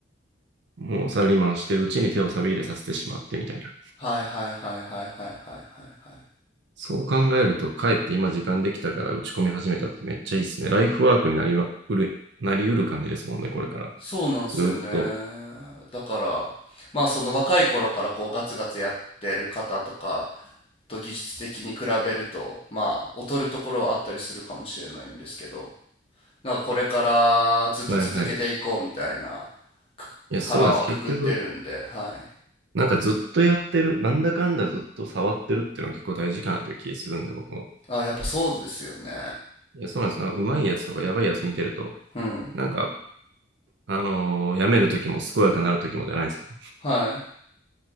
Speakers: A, on the right; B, on the left.
A: もうサラリーマンしてるうちに手を錆び入れさせてしまってみたいな。
B: はいはいはいはいはいはいはいはい。
A: そう考えると、かえって今時間できたから打ち込み始めたってめっちゃいいですね。ライフワークになりま、うる、なりうる感じですもんね、これから。
B: そうなんですよね。
A: ずっと。
B: だから、まあその若い頃からこうガツガツやってる方とかと技術的に比べると、まあ劣るところはあったりするかもしれないんですけど、なんかこれからずっと続けていこうみたいな
A: はいはい。
B: く腹はくくってるんで、
A: いや、そうです。結局、
B: はい。
A: なんかずっとやってる、なんだかんだずっと触ってるっていうのは結構大事かなという気するんで、僕も。
B: あ、やっぱそうですよね。
A: いや、そうなんです。なんかうまいやつとかやばいやつ見てると、
B: うん。
A: なんか、あのーやめるときも健やかなるときもじゃないですけど、
B: はい。